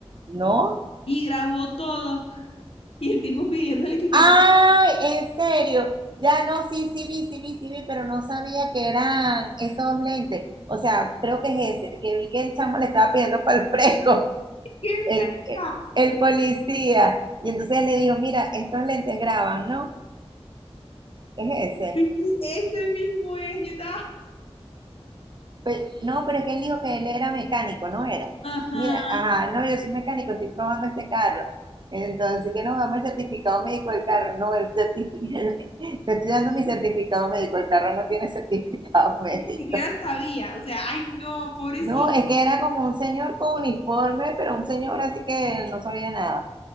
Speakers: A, on the right; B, on the left.
A: no.
B: y grabó todo y el tipo pidiéndole que qué
A: ¡Ay,
B: pa-
A: en serio! Ya no, sí, sí vi, sí vi, sí vi, pero no sabía que eran esos lentes. O sea, creo que es ese, que vi que el chamo le estaba pidiendo <laughs> para el fresco,
B: ¿Qué es
A: el,
B: verdad?
A: el policía. Y entonces le dijo, mira, estos lentes graban, ¿no? Es ese.
B: Sí, ese mismo es, yo estaba,
A: Pues, no, pero es que él dijo que él era mecánico, no era.
B: Ajá.
A: Mira, ajá, no, yo soy mecánico, estoy probando este carro. Entonces, que no, dame el certificado médico del carro. No, el certificado, <laughs> te estoy dando mi certificado médico, el carro no tiene certificado <laughs> médico.
B: ni siquiera sabía, o sea, ay no, pobrecito,
A: No, es que era como un señor con uniforme, pero un señor así que no sabía nada.